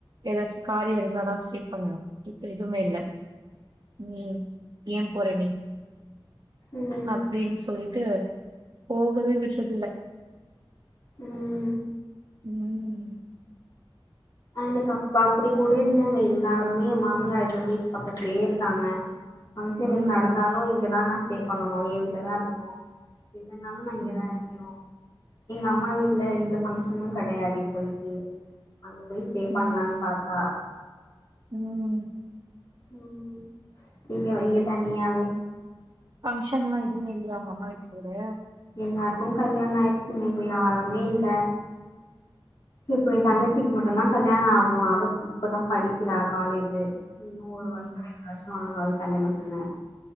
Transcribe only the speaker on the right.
ஏதாச்சு காரியோ இருந்தாதா ஸ்டே பண்ணுவோ இப்ப எதுமே இல்ல நீ ஏ போற நீ
அப்டின் சொல்லிட்டு போகவே விட்றது இல்ல
ம்
<inaudible>
ம்
ம்
ம்
ம்
ம்
பங்க்ஷன் எல்லா எதுவுமே இல்லையா உங்க அம்மா வீட் சைடு
ம்
ம் ம்